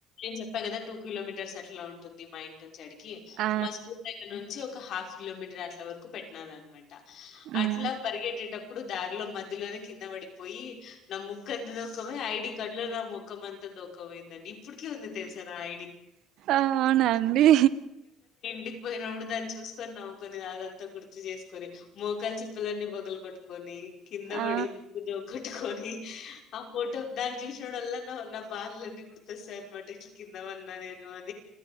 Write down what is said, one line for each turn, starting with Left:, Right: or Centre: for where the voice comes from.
Left: చె పగ టూకు కిలోమీటర్స్ అట్లా ఉంటుంది మా ఇంటి నుంచి అడికి
Right: ఆ
Left: మా స్కూల్ దగ్గర నుంచి ఒక హాఫ్ కిలోమీటర్ అట్ల వరకు పెట్టినార అనమాట
Right: మ్మ్
Left: అట్ల బర్గెట్టప్ప ఇప్పుడు దారిలో మధ్యలోనే కింద పడిపోయి నా ముక్క అంత దూమ ఐడి కార్డు లో నా ముఖం అంతా దూఖమైందండి ఇప్పటికే ఉంది తెలుసారా ఆ ఐడి
Right: ఆనండి
Left: విడికిపోయినప్పుడు దాన్ని చూసుకొని నవ్వుకొని అదంతా గుర్తు చేసుకొని మోకాలు చిప్పలన్నీ పొగలు కొట్టుకొని కింద
Right: ఆ
Left: పడి పూజ ఒ ఒకట్టుకోని ఆ ఫోటో దాని చూసినడం వల్ల నా నా బాలులన్నీ గుర్తొస్తాయి అనమాట ఇట్లా కంద మన్నది